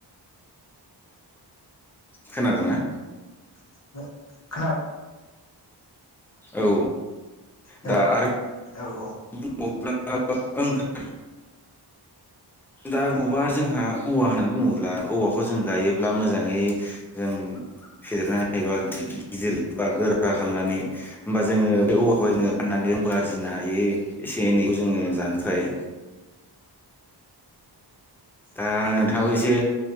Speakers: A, in the centre; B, on the left.
A: खोनादोंना?
B: <unintelligible>
A: औ
B: हेल'
A: दा आरो
B: औ औ
A: <unintelligible> दा बबावबा जोंहा औवा होननानै बुङोब्ला औवाखौ जों गायोब्ला मोजाङै जों फेदेरना एबा गिदिर बा गोरा खालामनानै होमबा जोङो बे औवाखौ जोङो फाननानै रांबो आरजिनो हायो एसे एनैखौ जोङो जानो थाखाय । दा
B: औ
A: नोंथाङाबो एसे